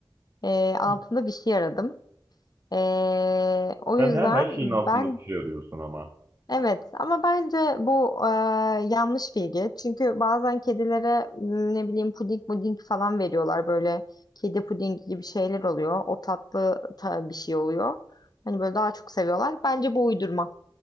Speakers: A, on the left (about 50°); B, on the right (about 30°).
A: E, altında
B: <laughs>
A: bir şey aradım. E, o yüzden
B: Sen her, her şeyin altında
A: ben
B: bir şey arıyorsun ama.
A: evet ama bence bu e, yanlış bilgi. Çünkü bazen kedilere m, ne bileyim puding puding falan veriyorlar böyle kedi pudingi gibi şeyler oluyor. O tatlı ta- bir şey oluyor. Hani böyle daha çok seviyorlar. Bence bu uydurma.